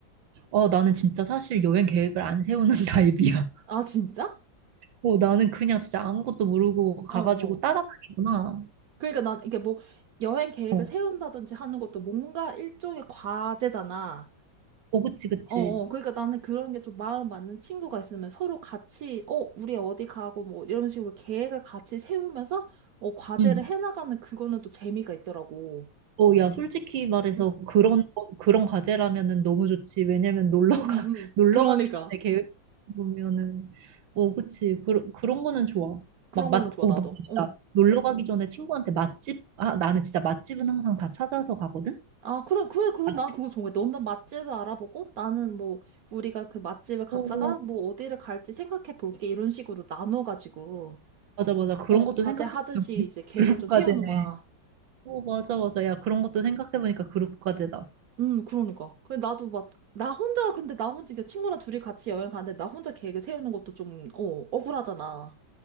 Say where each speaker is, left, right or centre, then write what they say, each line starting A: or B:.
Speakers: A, on the right; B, on the right.
A: 어, 나는 진짜 사실 여행 계획을 안 세우는 <laughs> 타입이야.
B: 아, 진짜?
A: 어, 나는 그냥 진짜 아무것도 모르고 가가지고
B: 어. 어.
A: 따라다니구나.
B: 그러니까 난 이게 뭐 여행 계획을
A: 어,
B: 세운다든지 하는 것도 뭔가 일종의 과제잖아.
A: 어, 그치, 그치.
B: 어, 어. 그러니까 나는 그런 게 좀 마음 맞는 친구가 있으면 서로 같이, 어, 우리 어디 가고 뭐 이런 식으로 계획을 같이 세우면서 어, 과제를
A: 응.
B: 해나가는 그거는 또 재미가 있더라고.
A: 어, 야, 솔직히 말해서
B: 음,
A: 그런, 거- 그런 과제라면은 너무 좋지. 왜냐면 놀러 가,
B: 음, 음.
A: <laughs> 놀러
B: 그러니까.
A: 가기 전에 계획 보면은, 어, 그치. 그런, 그런 거는 좋아.
B: 그런
A: 막, 맛,
B: 거는 좋아,
A: 어,
B: 나도.
A: 맞다
B: 응.
A: 놀러 가기 전에 친구한테 맛집, 아, 나는 진짜 맛집은 항상 다 찾아서 가거든?
B: 아, 그래, 그래, 그건
A: 맛집?
B: 나 그거 좋은 거야. 너는 맛집을 알아보고 나는 뭐 우리가 그 맛집을 갔다가
A: 오,
B: 뭐 어디를 갈지 생각해 볼게. 이런 식으로 나눠가지고,
A: 맞아, 맞아. 그런
B: 어,
A: 것도
B: 과제
A: 생각해보면
B: 하듯이
A: <laughs>
B: 이제 계획을
A: 그런
B: 좀
A: 과제네.
B: 세우는 거야.
A: 오, 맞아, 맞아. 야, 그런 것도 생각해보니까 그룹까지다.
B: 음, 그러니까. 그래, 나도 막, 나 혼자, 근데 나 혼자, 이게 친구랑 둘이 같이 여행 가는데 나 혼자 계획을 세우는 것도 좀, 어, 억울하잖아.